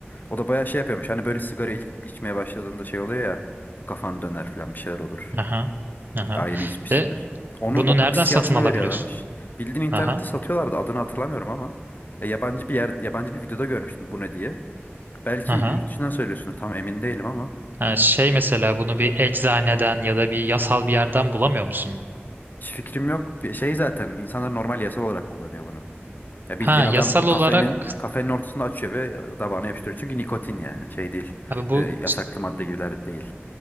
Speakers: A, on the left; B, on the right.
A: O da bayağı şey yapıyormuş. Hani böyle sigara iç- içmeye başladığında şey oluyor ya. bu Kafan döner falan bir şeyler olur.
B: aha, aha.
A: Aynı içmişsindir.
B: De
A: Onun,
B: bunu
A: onun
B: nereden
A: hissiyatını
B: satın alabiliyorsun?
A: veriyorlarmış. Bildiğin internette
B: Aha,
A: satıyorlardı. Adını hatırlamıyorum ama. Ya yabancı bir yer, yabancı bir videoda görmüştüm bu ne diye. Belki
B: aha.
A: yurt dışından söylüyorsundur. Tam emin değilim ama.
B: Ha, şey mesela bunu bir eczaneden ya da bir yasal bir yerden bulamıyor musun?
A: Hiç fikrim yok. Bir Şey zaten insanlar normal yasal olarak kullanıyor bunu. Ya
B: Ha,
A: bildiğin
B: yasal
A: adam
B: olarak
A: kafenin kafenin ortasında açıyor ve tabağına yapıştırıyor. Çünkü nikotin yani şey değil.
B: abi bu
A: Böyle yasaklı madde gibiler değil.